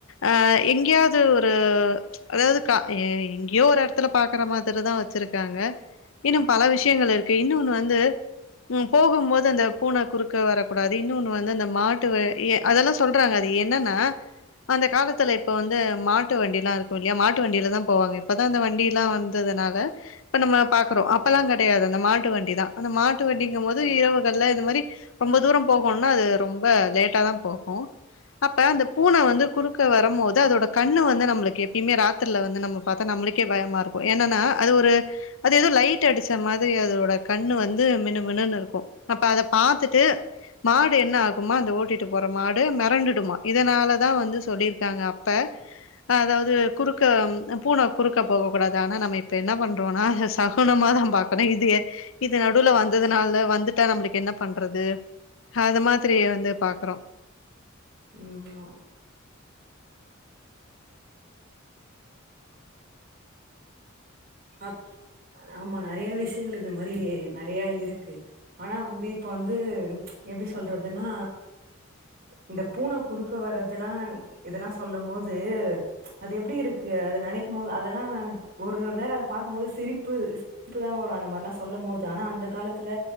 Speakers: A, on the left (about 70°); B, on the right (about 45°).
A: அ எங்கியாது ஒரு அதாவுது எங்கியோ ஒரு எடத்துல பாக்குற மாரிதா வச்சுருக்காங்க இன்னு பல விஷயங்கள் இருக்கு இன்னோன்னு வந்து போகும் போது அந்த பூனை குறுக்க வரக்கூடாது இன்னோன் வந் து அந்த மாட்டு வ அதெல்லா சொல்றாங்க அது என்னன்னா அந்த காலத்துல இப்ப வந்து மாட்டு வண்டில்லா இருக்கு இல்லியா மாட்டு வண்டியில தான் போவாங்க இப்பதான் வண்டி எல்லா வந்ததுனால இப்ப நம்ம பாக்குறோம் அப்பெல்லா கெடையாது அந்த மாட்டு வண்டிதான் அந்த மாட்டு வண்டிங்கும் போது இரவுகள்ல இது மாரி ரொம்ப தூரம் போகுன்னு அது ரொம்ப லேட்டா தா போகும் அப்ப அந்த பூனை வந்து குறுக்க வரும்போது அதோட கண்ணு வந்து நம்ம எப்பியுமே ராத்திரில வந்து நம்மளுக்கே பயமா இருக்கு என்னன்னா அது ஒரு அது எதோ லைட் அடிச்ச மாரி அதோட கண்ணு வந்து மினுமினு இருக்கும் அப்ப அத பாத்துட்டு மாடு என்ன ஆகு குமா அந்த ஓட்டிட்டு போற மாடு மிரண்டுடுமா இதுனாலதா வந்து சொல்லிருக்காங்க அப்ப அதாவுது குறுக்க பூனை குறுக்க போக கூடாது ஆனா என்ன பண்ரோன்னா சகுனமா தா பாக்ரோம் இது நடுல வந்த நாள்ல வந்துட்டா நம்மளுக்கு என்ன பண்றது அது மாது வந்து பாக்குறோ
B: ம் அப் ஆமா நெறய விஷயங்கள் இந்த மாரி நெறயா இருக்கு ஆனா வந்து இப்ப வந்து எப்டி சொல்றதுன்னா இந்த பூனை குறுக்க வர்றதுல்லா இதெல்லா சொல்லும் போது அது எப்டி இருக்கு அத நெனக்க போது அதெல்லா ஒரு ஒரு நேரோம் பாக்கும்போது சிரிப்பு சிரிப்புதா வரும் அந்த மாரிலாம் சொல்ல போது ஆனா அந்த காலத்துல